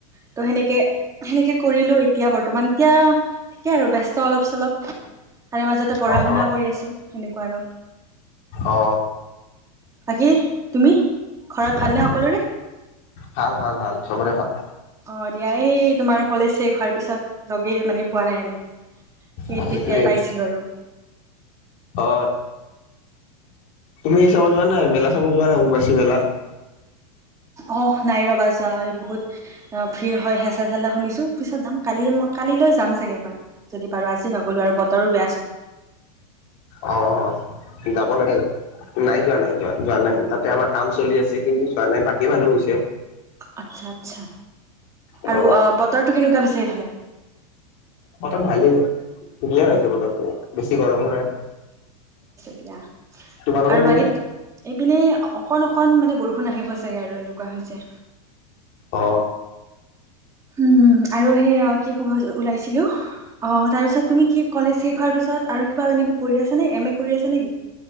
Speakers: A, on the right (about 15°); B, on the left (about 45°).
A: ত সেনেকে সেনেকে কৰিলো। এতিয়া বৰ্তমান এতিয়া ঠিকে আৰু ব্যস্ত অলপ চলপ। তাৰে মাজতে পঢ়া
B: অ
A: শুনা কৰি আছো। সেনেকুৱা আৰু।
B: অঁ।
A: বাকি তুমি ঘৰত
B: বাকী
A: ভালনে সকলোৰে?
B: ভাল ভাল ভাল চবৰে ভাল।
A: অ, 'দিয়া এই তোমাৰ কলেজ শেষ হোৱাৰ পিছত লগে মানে পোৱা নাই আমি। সেই,
B: অ সেইটোৱে
A: যেতিয়াই পাইছিলো আৰু।
B: অ। তুমি এই চাবত যোৱা নাই মেলা চাবত যোৱা নাই উমবুবাছি মেলা
A: অহ নাই ৰবা যোৱা বহুত ভিৰ হয় হেঁচা ঠেলা শুনিছো পিছত যাম কালি কালিলৈ যাম চাগে এবাৰ যদি বাৰু আজি নগলো আৰু বতৰো বেয়া ছোন
B: অ যাব লাগে নাই যোৱা নাই যোৱা যোৱা নাই তাত আমাৰ কাম চলি আছে কিন্তু চোৱা নাই বাকী মানুহ হৈছে
A: আচ্ছা আছা
B: অ
A: আৰু বতৰটো কেনেকুৱা পিছে সেইফালে
B: বতৰ ভালেই ধুনীয়া হৈছে
A: উম
B: বতৰতো বেছি গৰমো নাই
A: এয়া
B: তোমালোকৰ
A: আৰু
B: পিনে?
A: বাকীত এইপিনে অকণ অকণ মানে বৰষুণ আহিব চাগে আৰু এনেকুৱা হৈছে
B: অ
A: হম আৰু সেই কি কব ওলাইছিলো অ তাৰ পিছত তুমি কি কলেজ শেষ হোৱাৰ পিছত আৰু কিবা এনে পঢ়ি আছে নে এম এ কৰি আছা নেকি